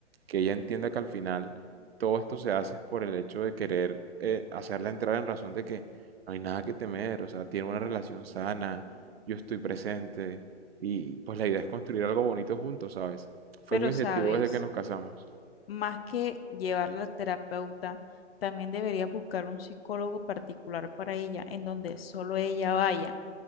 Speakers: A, on the right; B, on the left.
A: que ella entienda que al final todo esto se hace es por el hecho de querer eh, hacerla entrar en razón de que no hay nada que temer, o sea, tiene una relación sana, yo estoy presente y pues la idea es construir algo bonito juntos, ¿sabes? Fue
B: Pero
A: mi objetivo
B: sabes,
A: desde que nos casamos.
B: más que llevarla a terapeuta, también debería buscar un psicólogo particular para ella, en donde solo ella vaya